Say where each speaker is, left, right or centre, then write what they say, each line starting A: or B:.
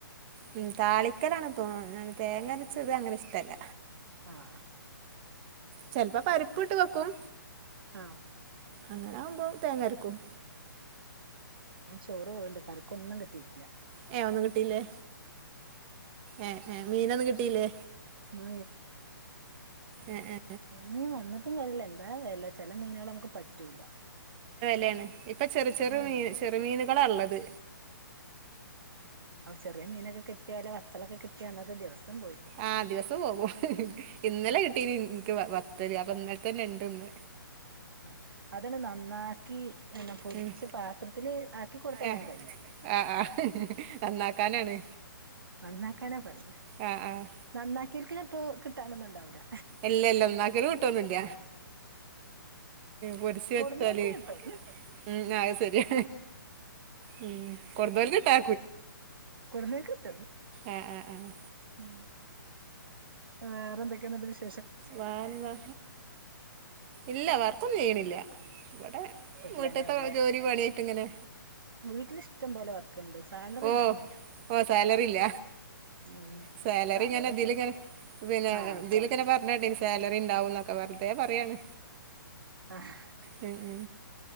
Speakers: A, on the right; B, on the right.
A: മ് താളിക്കലാണ്. തോ തേങ്ങര്ച്ചതങ്ങനെ ഇഷ്ട്ടല്ല.
B: ആഹ്
A: ചെൽപ്പ പരിപ്പ്ട്ട് വെക്കും.
B: ആഹ്
A: അങ്ങനാവ്മ്പോ തേങ്ങര്ക്കും.
B: ഞാൻ ചോറ് പോവ്ണ്ട്. കറിക്കൊന്നും ക്ക്ട്ടീട്ടില്ല.
A: ഏ ഒന്നും കിട്ടിലെ? ഏ ഏ മീനൊന്നും കിട്ടിലെ?
B: ഇന്ന്
A: എ ഏ
B: മീനു വന്ന്ട്ടും കാര്യല്ല എന്താ വെല ചെല മീനാളമ്മക്ക് പറ്റൂല.
A: ലേണ് ഇപ്പ ചെറ്
B: നല്ല
A: ചെറ്
B: വെലാണ്
A: ചെറ്മീന്കളാള്ളത്.
B: അപ ചെര്യേ മീനക്കെ ക്ട്ട്യാ വല്ലെ വത്തളൊക്കെ ക്ട്ട്യാ അന്നത്തെ ദിവസം പോയി.
A: ആഹ് ദിവസം പോകും ഇന്നലെ കിട്ടീന് ഇൻക്ക് വത്തല് അപ്പ ഇന്നൽത്തന്നെണ്ട്ന്ന്.
B: ആഹ് അതണ് നന്നാക്കി പൊരിച്ച്
A: ഉം
B: പാത്രത്തില് ആക്കി കൊട്ത്ത
A: ഏഹ്
B: വേം കയ്യും.
A: ആഹ് ആഹ് നന്നാക്കാനാണ്
B: നന്നാക്കാനാ പണി
A: ആഹ് ആഹ്
B: നന്നാക്കിയോൽക്ക് ചെലപ്പോ കിട്ടാനൊന്നും ഉണ്ടാവൂല
A: ഇല്ല ഇല്ല നന്നാക്കല് കിടൊന്നുല്ല പൊരിച്ച്
B: കൊടുന്നോൽക്ക്
A: വെച്ചാല്
B: കിട്ടും
A: മ് അത് ശെരിയാ മ് കൊർതോൽക്ക് ട്ടാ
B: കൊട്ന്നൊൽക്ക്ട്ടൊ
A: ആഹ് ആഹ് ആഹ്
B: മ് വേറെന്തൊക്കെന്ന്ട്ട് വിശ്
A: വേറെന്താ ഇല്ല വർക്കൊന്നും ചെയ്യ്ണില്ല. ഇവടെ
B: വീട്ടിൽ
A: വീട്ട്ത്തെ
B: തന്നെ ആവുംല്ലേ
A: ജോലി പണ്യയ്ട്ട് ങ്ങനെ
B: വീട്ടിൽ ഇഷ്ടം പോലെ വർക്കുണ്ട് സാലറി
A: ഓ
B: ഇല്ലാന്നൊള്ളു
A: ഓ സാലറില്ല.
B: ഉം
A: സാലറി ഇങ്ങനെ ഇതിലങ്ങനെ
B: ചോ
A: പിന്നെ
B: ആഹ് സാ
A: തിലിങ്ങനെ പർഞ്ഞണ്ടീന്നു. സാലറി ണ്ടാവുന്നൊക്കെ വെർതേ പറയാണ്
B: ആഹ്
A: മ് മ്